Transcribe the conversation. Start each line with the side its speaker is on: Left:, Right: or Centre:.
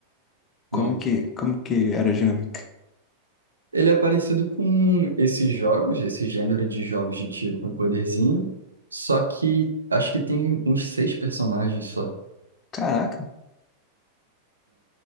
Left: Como
Right: Não.
Left: que, como que era a dinâmica?
Right: Ele é parecido com esses jogos, esse gênero de jogos de tiro com poderzinho, só que acho que tem uns seis personagens só.
Left: Caraca.